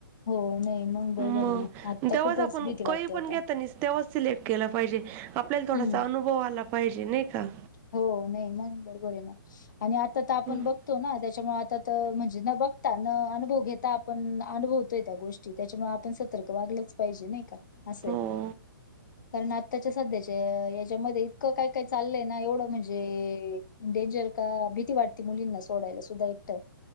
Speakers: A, on the left; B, on the right.
A: हो नाही मग बरोबर
B: मंग
A: आहे ना आता
B: तेव्हांच
A: खूपच
B: आपणं
A: भीती वाटते
B: कांहीं पणं
A: आता
B: घेतं नाहीं तेव्हांच सिलेक्ट केलां पाहिजे आपल्यांला थोडांसा
A: हम्म
B: अनुभव आलां पाहिजे नाहीं कां
A: हो नाहीं मंग बरोबर आहे नां आणि आंता तरं आपणं
B: हम्म.
A: बघं त्यांच्यामुळे आंता तरं म्हणजे नं बघतां नं अनुभव घेतां आपणं अनुभवतोय त्यां गोष्टी त्यांच्यामुळे आपणं सतर्क वागलंच पाहिजे नाहीं कां असंय
B: हो
A: कारणं आतांच्या सांध्यांच्या यांच्यामध्ये इतकं कायं कायं चाललंय नां एवढं म्हणजे डेंजर कां भीती वाटते मुलींना एकटं सोडांयला सुद्धां एकटं